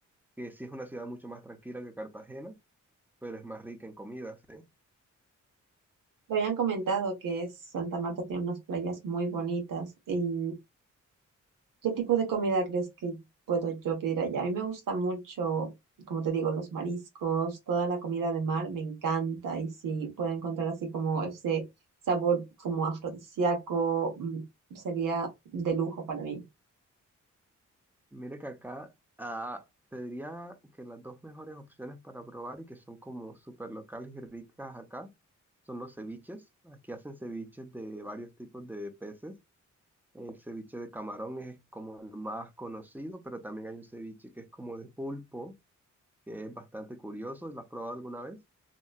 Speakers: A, in the centre; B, on the right.
A: que sí es una ciudad mucho más tranquila que Cartagena, pero es más rica en comidas, ¿eh?
B: Me habían comentado que es- Santa Marta tiene unas playas muy bonitas. ¿Y qué tipo de comida crees que puedo yo pedir allá? A mí me gusta mucho, como te digo, los mariscos, toda la comida de mar, me encanta. Y si puedo encontrar así como ese sabor como afrodisíaco, mm, sería de lujo para mí.
A: Mire que acá ah, te diría que las dos mejores opciones para probar y que son como súper locales y ricas acá son los ceviches. Aquí hacen ceviches de varios tipos de peces. El ceviche de camarón es como el más conocido, pero también hay un ceviche que es como de pulpo, que es bastante curioso. ¿Lo has probado alguna vez?